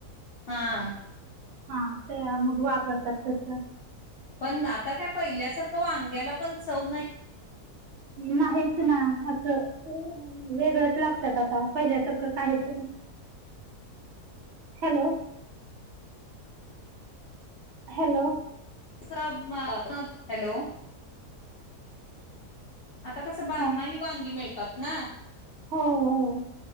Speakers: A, on the left; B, on the right.
A: हा.
B: हा ते मग वापरतात तसं
A: पण आता काय पहिल्यासारखं वांग्याला पण चव नाही?
B: नाहीच ना असं ते अ वेगळंच लागत्यात, आता पहिल्यासारखं काहीच नाही
A: ह <inaudible>
B: हॅलो. हॅलो.
A: <unintelligible> हॅलो. आता तसं बारमाही
B: हा
A: वांगी मिळतात ना!
B: हो हो.